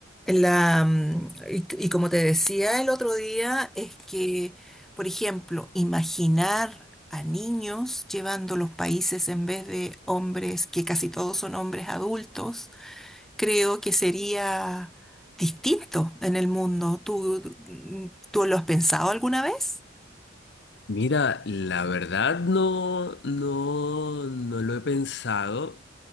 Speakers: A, in the centre; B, on the left (about 55°).
A: La, mm, y, y como te decía el otro día, es que, por ejemplo, imaginar a niños llevando los países en vez de hombres, que casi todos son hombres adultos, creo que sería distinto en el mundo. ¿Tú, tú tú lo has pensado alguna vez?
B: Mira, la verdad no, no, no lo he pensado.